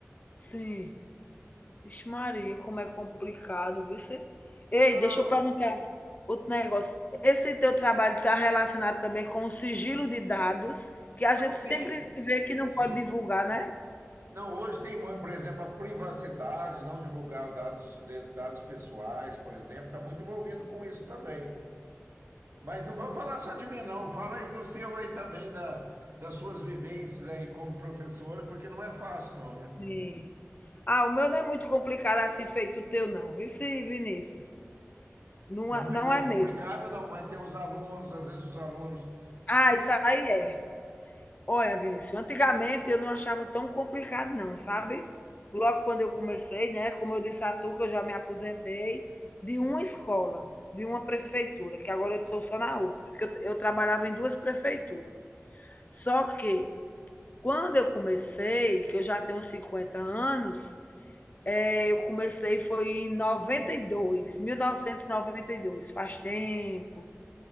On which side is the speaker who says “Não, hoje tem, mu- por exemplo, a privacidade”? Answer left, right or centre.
Right